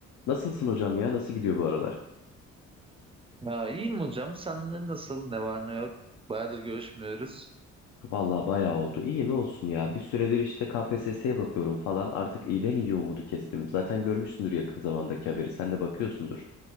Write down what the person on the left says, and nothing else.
Nasılsın hocam ya? Nasıl gidiyor bu aralar?
Vallahi bayağı oldu. İyi ne olsun ya. Bir süredir işte KPSS'ye bakıyorum falan. Artık iyiden iyi umudu kestim. Zaten görmüşsündür yakın zamandaki haberi. Sen de bakıyorsundur.